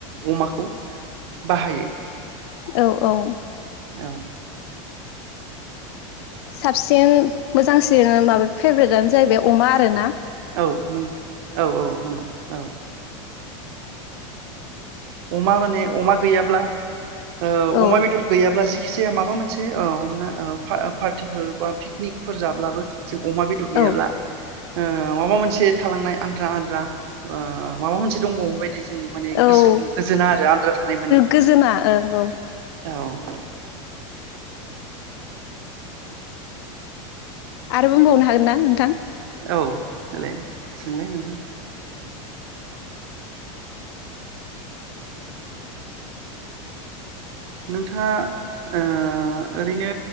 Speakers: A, on the right; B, on the left.
A: अमाखौ बाहायो
B: औ औ
A: औ
B: साबसिन मोजांसिन माबा फेभ्रेटआनो जाहैबाय अमा आरो ना
A: औ औ औ नंगौ औ अमा माने अमा गैयाब्ला ओ
B: औ
A: अमा बेदर गैयाब्ला जि जायखिजाया माबा मोनसे हमना पार्टिफोर बा पिकनिकफोर जाब्लाबो जों अमा बेदर गैयाब्ला
B: औ
A: ओ माबा मोनसे थालांनाय आद्रा आद्रा ओ माबा मोनसे दंबावोमोन बादि जों माने
B: औ
A: गोसोखौ गोजोना आरो आद्रा थानाय मोनो
B: गोजोना ओं औ
A: औ
B: आरोबुंबावनो हागोन ना नोंथां
A: औ देलाय सोंलाय नोंथां नोंथाङा ओ ओरैनो